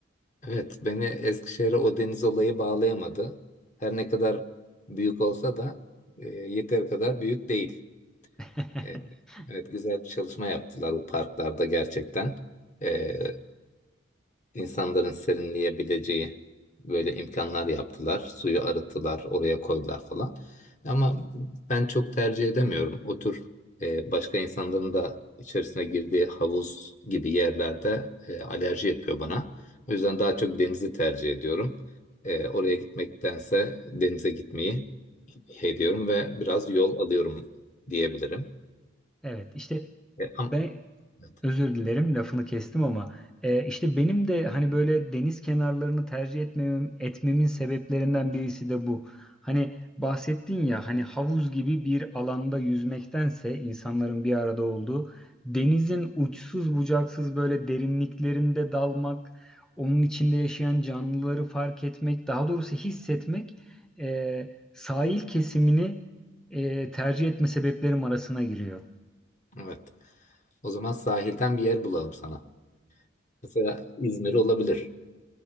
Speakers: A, on the left (about 40°); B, in the centre.
A: Evet, beni Eskişehir'e o deniz olayı bağlayamadı. Her ne kadar büyük olsa da e, yeteri kadar büyük değil.
B: <laughs>
A: E, evet, güzel bir çalışma yaptılar bu parklarda gerçekten. E, insanların serinleyebileceği böyle imkanlar yaptılar. Suyu arıttılar, oraya koydular falan. Ama ben çok tercih edemiyorum. O tür e, başka insanların da içerisine girdiği havuz gibi yerlerde e, alerji yapıyor bana. O yüzden daha çok denizi tercih ediyorum. E, oraya gitmektense denize gitmeyi ediyorum ve biraz yol alıyorum diyebilirim.
B: Evet işte
A: E, ama,
B: ben
A: evet.
B: Özür dilerim lafını kestim ama e, işte benim de hani böyle deniz kenarlarını tercih etmemem, etmemin sebeplerinden birisi de bu. Hani bahsettin ya hani havuz gibi bir alanda yüzmektense insanların bir arada olduğu denizin uçsuz bucaksız böyle derinliklerinde dalmak, onun içinde yaşayan canlıları fark etmek, daha doğrusu hissetmek e, sahil kesimini e, tercih etme sebeplerim arasına giriyor.
A: Evet. O zaman sahilden bir yer bulalım sana. Mesela İzmir olabilir.